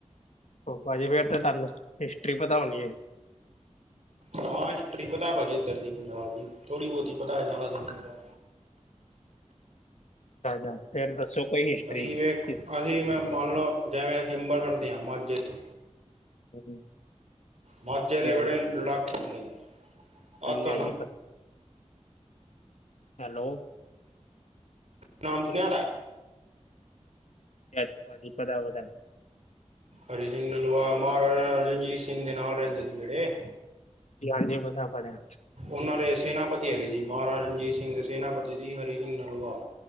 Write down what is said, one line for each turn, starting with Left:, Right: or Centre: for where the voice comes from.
Left: ਹੋਰ ਪਾਜੀ ਫੇਰ ਤਾਂ ਤਾਂਨੂੰ ਹਿਸਟਰੀ ਪਤਾ ਹੋਣੀ ਏ।
Right: ਹਾਂ ਹਿਸਟਰੀ ਪਤੈ ਪਾਜੀ ਇੱਧਰ ਦੀ, ਪੰਜਾਬ ਦੀ। ਥੋੜ੍ਹੀ ਬੋਤੀ ਪਤੈ ਜਾਦਾ ਤੇ ਨੀ ਪਤਾ।
Left: <unintelligible> ਫੇਰ ਦੱਸੋ ਕੋਈ ਹਿਸਟਰੀ
Right: ਅਸੀ ਵੇਖ
Left: ਜੀ
Right: ਅਸੀ ਮ ਮੰਨ ਲੋ ਜੈਵੇਂ ਅਸੀ ਅੰਬਰਸਰ ਦੇ ਆਂ ਮਾਝੇ ਦੇ
Left: <unintelligible>
Right: ਮਾਝੇ ਆਲੇ
Left: ਹਾਂਜੀ
Right: ਬੜੇ ਲੜਾਕੇ ਹੁੰਦੇ ਨੇ। ਆ
Left: ਹਾਂਜੀ
Right: ਤੁਆਨੂੰ
Left: ਹਾਂਜੀ ਪਤਾ ਹੈਲੋ।
Right: ਨਾਮ ਸੁਣਿਆ ਦੈ?
Left: ਯਾਰ ਪਾਜੀ ਪਤਾ ਵਤੈ।
Right: ਹਰੀ ਸਿੰਘ ਨਲੂਆ, ਮਹਾਰਾਜਾ ਨਾਲ ਰਣਜੀਤ ਸਿੰਘ ਦੇ ਨਾਲ ਰੈਂਦੀ ਸੀ ਜਿੜੇ
Left: ਜੀ ਹਾਂਜੀ ਪਤਾ ਕਰੇਂ
Right: ਔਨਾਂ ਦੇ ਸੈਨਾਪਤੀ ਹੈਗੇ ਸੀ। ਮਹਾਰਾਜਾ ਰਣਜੀਤ ਸਿੰਘ ਦੇ ਸੈਨਾਪਤੀ ਸੀ ਹਰੀ ਸਿੰਘ ਨਲੂਆ।